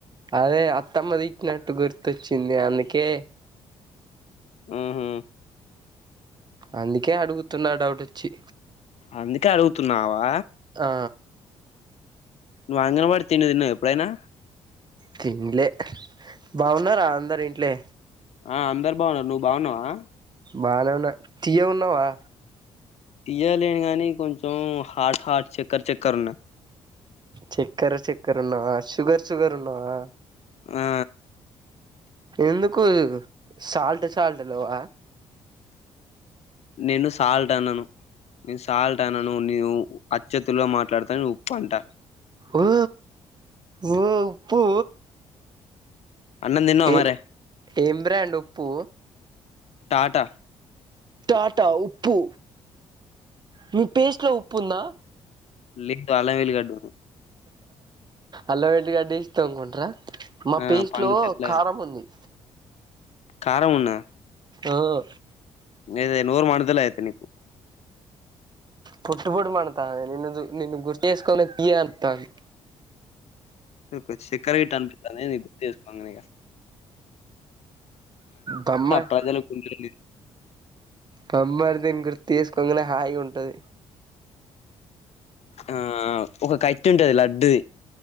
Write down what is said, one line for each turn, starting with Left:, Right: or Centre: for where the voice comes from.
Right: అదే అత్తమ్మ తిచ్చినట్టు గుర్తొచ్చింది అందుకే
Left: ఊహు
Right: అందుకే అడుగుతున్న డౌట్ వచ్చి
Left: అందుకే అడుగుతున్నావా
Right: ఆ
Left: నువ్వుంగన్వాడడి తిండి తిన్నవా ఎప్పుడైనా
Right: తింలే బాగున్నారా అందరి ఇంట్లే
Left: ఆ అందరు బాగున్నారు నువ్వు బాగున్నావా
Right: బాగా ఉన్నా తీయ ఉన్నావా
Left: పయలేని గానీ కొంచెం హార్ట్ హార్ట్ చక్కర్ చక్కర్ ఉన్న
Right: చక్కెర చక్కర్ ఉన్నావా షుగర్ షుగర్ ఉన్నావా
Left: ఆ
Right: ఎందుకు సాల్ట్ సాల్ట్ లోవా
Left: నేను సాల్ట్ అన్నాను నేను సాల్ట్ అనను నీవు అచ్చత్లో మాట్లాడతాను ఉప్పు అంట
Right: ఊ ఉఊ ఉప్పు
Left: అన్నం తిన్నావా
Right: ఏ
Left: మరే
Right: ఏం బ్రాండ్ ఉప్పు
Left: టాటా
Right: టాటా ఉప్పు మీ పేస్ట్లో ఉప్పు ఉందా
Left: లిక్ డాల వెల్ గడ్డు ఉర్
Right: అల్లం ఎల్లిగడ్డ వేసి తోముకుంటార మా
Left: ఆ
Right: పేస్ట్
Left: పండ్లు
Right: లో
Left: తెల్లగా
Right: కారం ఉంది
Left: కారం ఉన్నద
Right: ఓహో
Left: గదే నోరు మండుతలేదు అయితే నీకు
Right: పొట్ పొట్ మండుతాంది నిన్ను గుర్తు ఏస్కనే తీయగ అత్తంది
Left: నీకు చక్కర గిట్ట అనిపిస్థాందా ఏంది నన్ను గుర్తు చేస్కోంగానే ఇంగ
Right: గమ్మయ్
Left: ప్రజల గుండెల్ని
Right: బమ్మర్దిని గుర్తు ఏసుకోంగనే హాయి ఉంటది
Left: ఆ ఒక కట్ ఉంటది లడ్డు